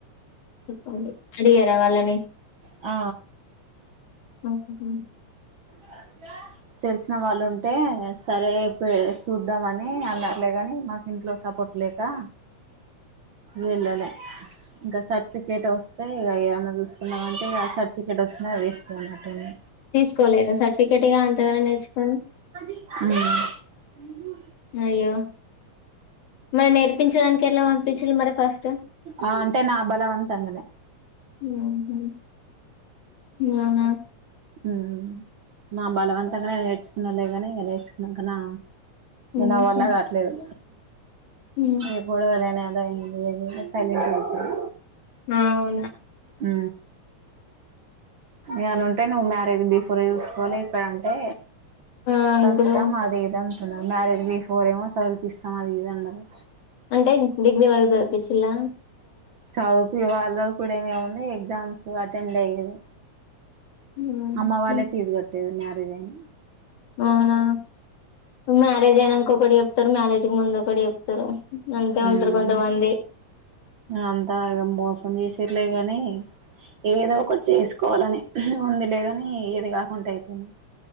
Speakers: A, on the left; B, on the right.
A: చెప్పండి అడిగారా వాళ్ళని
B: ఆ
A: ఉ హు
B: సంధ్య తెలిసిన వాళ్ళు ఉంటే సరే పే చూద్దామని అన్నారులేగాని మాకు ఇంట్లో స కొట్లేకా వెళ్లలే సర్టిఫికేట్ వస్తే ఇగా ఏమన్నా చూసుకున్నామంటే ఆ సర్టిఫికెట్ వచ్చిన వేస్ట్ ఉన్నట్టు ఉంది
A: తీసుకోలేదా సర్టిఫికెట్ ఇగ అంతగానం నేర్చుకొని
B: ఉ హు
A: అయ్యో మరి నేర్పించడానికి ఎట్లా పంపించారు ఫస్ట్
B: ఆ అంటే నా బలవంతంగానే
A: ఉ హు ఆ హ
B: ఉ మా బలవంతంగానే నేర్చుకున్నాడు లే గాని ఇంకా నేర్చుకున్నాడు కదా
A: ఉహు
B: నా వల్ల కావట్లేదు
A: ఉమ్
B: ఏ గొడవలైన్ టైం లేకుండే సైలెంట్ పెట్టిన
A: ఆ అవునా
B: ఉ ఏమైనా ఉంటే నువ్వు మ్యారేజ్ తీసుకో కూర చూసుకొని ఇక్కడ అంటే
A: ఆ
B: కష్టం
A: ఇప్పుడు
B: అది ఇది అంత మ్యారేజ్ బిఫోర్ ఏమో చదువుపిస్తాం అది ఇది అన్నారు
A: అంటే డిగ్రీ వరకు చదువు పిచ్చి ఇండ్ల
B: చదువుకు వాళ్ళ కూడా ఏమేమి ఎగ్జామ్స్ అటెండ్ అయ్యారు
A: హుహు.
B: అమ్మ వాళ్ళే ఫీజు కట్టేది మ్యారేజ్ అయిన
A: అవునా మ్యారేజ్ అయినంక ఒకటి చెప్తారు మ్యారేజ్ కు ముందు ఒకటి చెప్తారు అంతే
B: ఉమ్
A: ఉంటారు కొంతమంది
B: అంతా మోసం చేసిరులే గాని ఏదో ఒకటి చేసుకోవాలని. ఉందిలే కాని ఏది కాకుండా అయితుంది